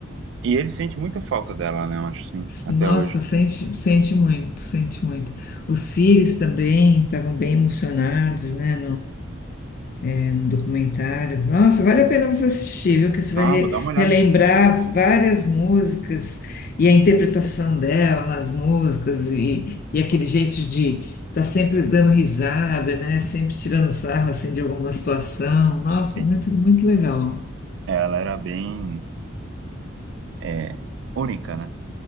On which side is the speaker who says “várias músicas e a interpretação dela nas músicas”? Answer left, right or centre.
Left